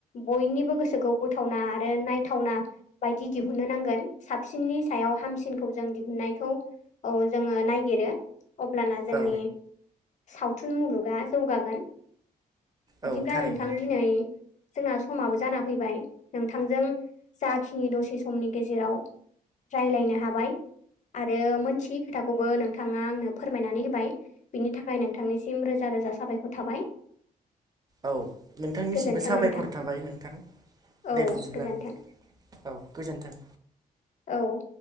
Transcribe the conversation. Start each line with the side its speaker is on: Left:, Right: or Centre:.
Left: बयनिबो गोसोखौ बोथावना आरो नायथावना बायदि दिहुननो नांगोन साबसिननि सायाव हामसिनखौ जों दिहुननायखौ औ जोङो ननायागिरो अब्लाना जोंनि
Right: औ
Left: सावथुन मुलुगा जौगागोन बिदिब्ला
Right: औ थारैनो
Left: नोंथां दिनै जोंना समाबो जाना फैबाय नोंथांजों जाखिनि दसे समनि गेजेराव रायलायनो हाबाय आरो मोनथियै खोथाखौबो नोंथाङा आंनो फोरमायनानै होब य बिनि थाखाय नोंथांनिसिम रोजा रोजा साबायखर थाबाय
Right: औ नोंथांनिसिमबो
Left: गोजोन्थों
Right: साबायखर
Left: नोंथां
Right: थाबाय नोंथां
Left: औ
Right: दे बिदिब्ला
Left: गोजोन्थों
Right: औ गोजोन्थों
Left: औ